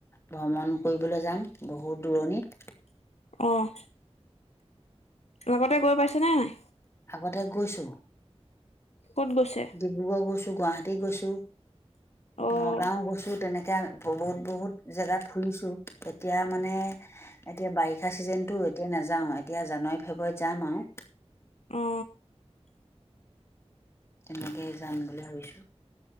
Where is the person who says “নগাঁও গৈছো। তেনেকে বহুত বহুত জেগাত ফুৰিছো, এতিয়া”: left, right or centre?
Left